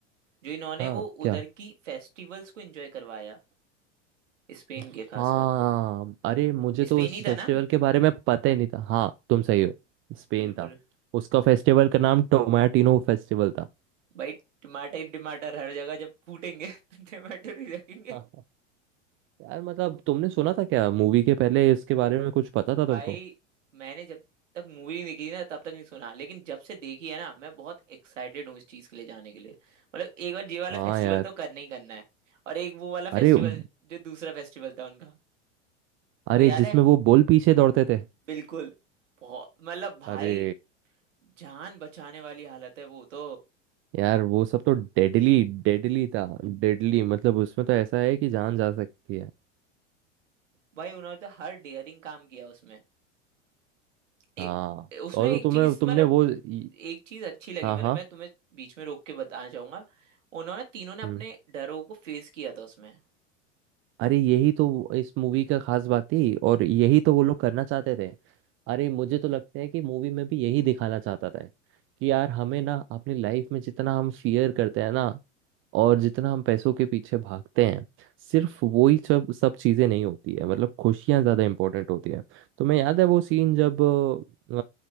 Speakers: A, on the right; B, on the right.
A: जो इन्होंने
B: हाँ
A: वो
B: क्या
A: उधर की फेस्टिवल्स को एंजॉय करवाया स्पेन के
B: हाँ
A: खासकर
B: अरे मुझे तो
A: स्पेन
B: उस
A: ही था
B: फेस्टिवल
A: ना
B: के बारे में पता ही नहीं था हाँ तुम सही हो स्पेन
A: बिल्कुल
B: था उसका फेस्टिवल का नाम टोमाटिनो फेस्टिवल था
A: भाई टमाटर ही टमाटर हर जगह जब फूटेंगे <laughs> तो टमाटर ही रखेंगे
B: <laughs> यार मतलब तुमने सुना था क्या मूवी के पहले इसके बारे में कुछ पता था तुमको
A: भाई मैंने जब तक मूवी नहीं देखी ना तब तक नहीं सुना लेकिन जब से देखी है ना मैं बहुत एक्साइटेड हूँ इस चीज के लिए जाने के लिए मतलब एक बार ये वाला
B: हाँ
A: फेस्टिवल
B: यार
A: तो करना ही करना है और एक वो वाला
B: अरे
A: फेस्टिवल
B: व-
A: जो दूसरा फेस्टिवल था उनका
B: अरे
A: वो याद
B: जिसमें
A: है
B: वो बोल पीछे दौड़ते थे
A: बिल्कुल बहुत मतलब भाई
B: अरे
A: जान बचाने वाली हालत है वो तो
B: यार वो सब तो डेडली डेडली था डेडली मतलब उसमें तो ऐसा है कि जान जा सकती है
A: भाई उन्होंने तो हर डेयरिंग काम किया उसमें एक
B: हाँ
A: उसमें
B: और
A: एक
B: वो तुम्हें
A: चीज
B: तुमने
A: मतलब
B: वो इ-
A: एक चीज अच्छी लगी
B: हाँ
A: मतलब
B: हाँ
A: मैं तुम्हें बीच में रोक के बताना चाहूंगा उन्होंने तीनों ने अपने
B: हम्म।
A: डरों को फेस किया था उसमें
B: अरे यही तो वो- इस मूवी का खास बात थी और यही तो वो लोग करना चाहते थे अरे मुझे तो लगता है कि मूवी में भी यही दिखाना चाहता था कि यार हमें ना अपनी लाइफ में जितना हम फियर करते हैं ना और जितना हम पैसों के पीछे भागते हैं सिर्फ वो ही सब सब चीज़ें नहीं होती है मतलब खुशियाँ ज़्यादा इंपॉर्टेंट होती है तो मैं याद है वो सीन जब अ,